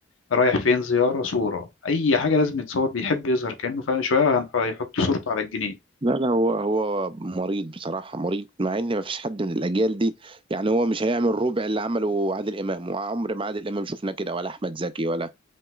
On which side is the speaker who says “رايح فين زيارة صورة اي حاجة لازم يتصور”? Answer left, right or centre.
Left